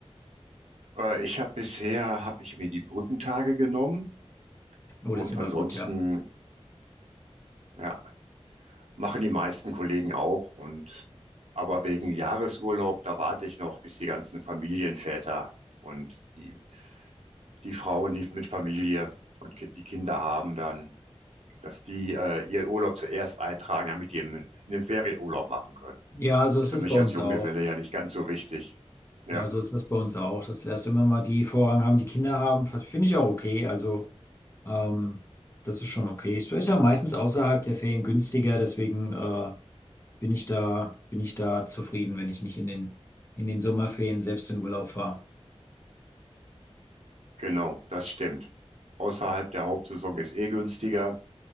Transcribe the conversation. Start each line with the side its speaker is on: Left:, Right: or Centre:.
Right: äh, ich habe bisher, habe ich mir die Brückentage genommen
Left: Oh,
Right: und
Left: das ist immer
Right: ansonsten,
Left: gut, ja.
Right: ja, machen die meisten Kollegen auch. Und, aber wegen Jahresurlaub, da warte ich noch, bis die ganzen Familienväter und die, die Frauen, die mit Familie und Ki- die Kinder haben dann dass die äh, ihren Urlaub zuerst eintragen, damit die im- einen Ferienurlaub machen können.
Left: Ja, so
Right: Ist
Left: ist
Right: für
Left: das
Right: mich
Left: bei uns
Right: als Junggeselle
Left: auch.
Right: ja nicht ganz so wichtig. Ja,
Left: Ja, so ist das bei uns auch. Dass erst immer mal die Vorrang haben, die Kinder haben, finde ich auch okay. Also. Ähm, das ist schon okay. Es ist ja meistens außerhalb der Ferien günstiger, deswegen äh, bin ich da, bin ich da zufrieden, wenn ich nicht in den, in den Sommerferien selbst in Urlaub fahre.
Right: genau, das stimmt. Außerhalb der Hauptsaison ist eh günstiger